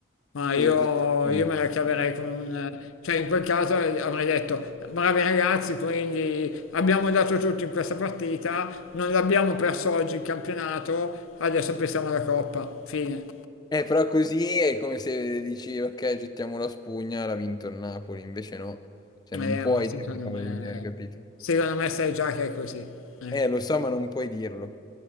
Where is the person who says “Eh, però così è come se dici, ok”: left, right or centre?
Left